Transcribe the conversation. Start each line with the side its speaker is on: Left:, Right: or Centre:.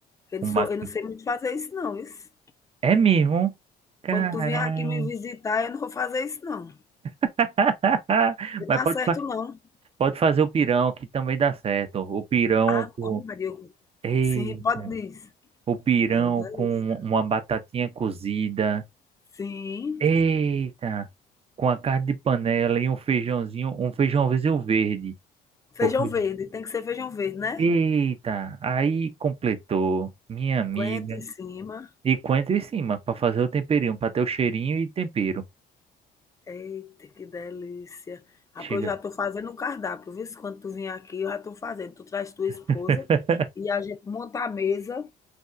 Left: Eu
Right: O
Left: não, sou,
Right: ma-
Left: eu não sei muito fazer isso, não. Isso.
Right: É mesmo? Caramba!
Left: Quando tu vier aqui me visitar, eu não vou fazer isso, não.
Right: <laughs>
Left: Eu
Right: Mas
Left: não
Right: pode,
Left: acerto,
Right: fa-
Left: não.
Right: pode fazer o pirão, que também dá certo. O pirão
Left: Ah,
Right: com.
Left: ah, Maria.
Right: Ei,
Left: Sim, pode dizer.
Right: o pirão
Left: É o delícia.
Right: com uma batatinha cozida.
Left: Sim.
Right: Eita, com a carne de panela e um feijãozinho, um feijãozinho verde.
Left: Feijão
Right: Ou fe-
Left: verde, tem que ser feijão verde, né?
Right: Eita, aí completou, minha amiga.
Left: Aguenta em cima.
Right: E coentro em cima, para fazer o temperinho, para ter o cheirinho e tempero.
Left: Eita, que delícia. Ah,
Right: Chega.
Left: pô, eu já estou fazendo o cardápio, viu? Quando tu vier aqui, eu já estou fazendo. Tu traz tua esposa
Right: <laughs>
Left: e a gente monta a mesa